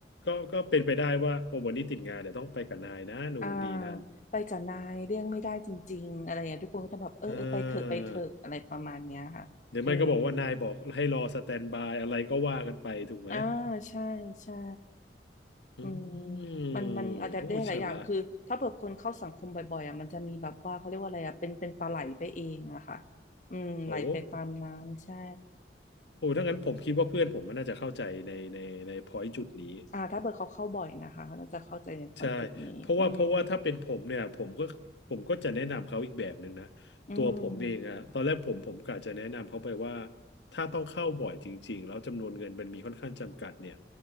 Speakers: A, on the left; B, on the left.
A: ก็ก็เป็นไปได้ว่าโอ้วันนี้ติดงานเดี๋ยวต้องไปกับนายนะนู่นนี่นั่น
B: อ่าไปกับนายเรื่องไม่ได้จริงๆอะไรอย่างเงี้ยทุกคนก็ต้องแบบเออเออไปเถอะไปเถอะอะไรประมาณเนี้ยค่ะอืม
A: อ่าหรือไม่ก็บอกว่านายบอกให้รอสแตนบายอะไรก็ว่ากันไปถูกไหม
B: อ่าใช่ใช่
A: อื
B: อืม
A: ม
B: มันมันอะแดปได้หลายอย่างคือถ้าเผื่อคนเข้าสังคมบ่อยๆอ่ะมันจะมีแบบว่าเขาเรียกว่าอะไรอ่ะเป็นเป็นปลาไหลไปเองอะค่ะ
A: โอ้ฉลาด
B: อืมไหลไปตามน้ำใช่
A: โอ้โอ้ถ้างั้นผมคิดว่าเพื่อนผมมันน่าจะเข้าใจในในในพอยต์จุดนี้
B: อ่าถ้าเผื่อเขาเข้าบ่อยนะคะเราจะเข้าใจในพอยจุดนี้อืม
A: ใช่เพราะว่าเพราะว่าถ้าเป็นผมเนี่ยผมก็ผมก็จะแนะนำเขาอีกแบบหนึ่งนะตัวผมเองอะตอนแรกผมผมกะจะแนะนำเขาไปว่า
B: อืม
A: ถ้าต้องเข้าบ่อยจริงๆแล้วจำนวนเงินมันมีค่อนข้างจำกัดเนี่ย